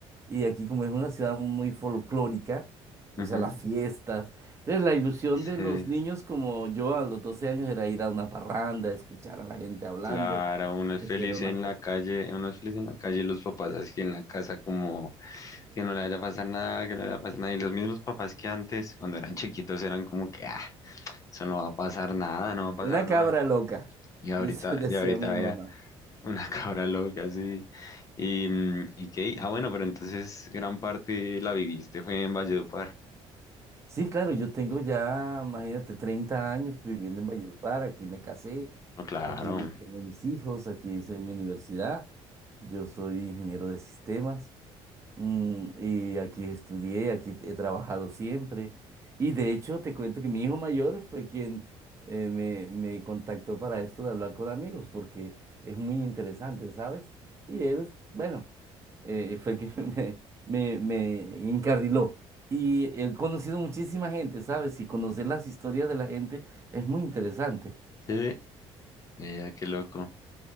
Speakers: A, on the right; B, on the left.
A: Y aquí como es una ciudad muy folclórica, o
B: ajá.
A: sea, las fiestas. Entonces la ilusión
B: Sí,
A: de los niños como yo a los 12 años era ir a una parranda, escuchar a la gente hablando.
B: claro, uno es
A: Eso
B: feliz
A: era una
B: en
A: cosa.
B: la calle, uno es feliz en la calle y los papás así en la casa como que no le vaya a pasar nada, que no le vaya a pasar nada. Y los mismos papás que antes, cuando eran chiquitos, eran como que, ah, eso no va a pasar nada, no va a pasar
A: Una cabra
B: nada.
A: loca,
B: Y
A: dice,
B: ahorita,
A: <laughs> decía
B: y ahorita
A: mi
B: vea
A: mamá.
B: una <laughs> cabra loca así. Y, mm, y qué, ah, bueno, pero entonces gran parte la viviste fue en Valledupar.
A: Sí, claro, yo tengo ya, imagínate, 30 años viviendo en Valledupar, aquí me casé,
B: No, claro.
A: aquí tengo mis hijos, aquí hice mi universidad, yo soy ingeniero de sistemas. Mm, y aquí estudié, aquí he trabajado siempre. Y de hecho, te cuento que mi hijo mayor fue quien eh, me, me contactó para esto de hablar con amigos, porque es muy interesante, ¿sabes? Y él, bueno, eh, fue quien <laughs> me, me, me encarriló. Y he conocido muchísima gente, ¿sabes? Y conocer las historias de la gente es muy interesante.
B: Sí, Mira, qué loco.